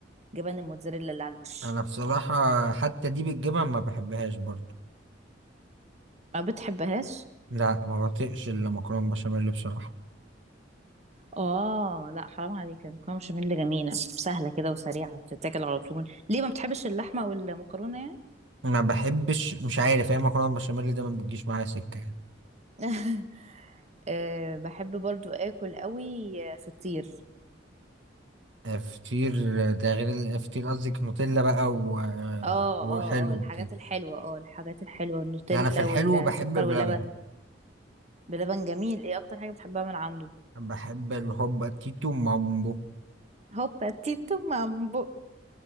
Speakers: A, on the right; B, on the right.
A: جبن الموتزاريلا اللي على الوش
B: أنا بصراحة حتى دي بالجبن ما بحبهاش برضه
A: ما بتحبهاش
B: لا ما بطيقش المكرونة بشاميل بصراحة
A: اه لا حرام عليك المكرونه بشاميل جميله سهله كده وسريعه بتتاكل على طول ليه ما بتحبش اللحمه والمكرونه يعني
B: ما بحبش مش عارف هي المكرونة بشاميل ده ما بتجيش معايا سكة
A: <laughs> أه بحب برضو اكل قوي فطير
B: آه، فطير ده غير ال- فطير قصدك نوتيلا بقى و... آه،
A: اه
B: وحلو
A: اه اه الحاجات
B: وكده
A: الحلوه اه الحاجات الحلوه النوتيلا
B: لا، انا في الحلو
A: والسكر
B: بحب بلبن
A: واللبن بلبن جميل ايه اكتر حاجه بتحبها من عنده
B: بحب الهوبا تيتو مامبو
A: هوبا تيتو مامبو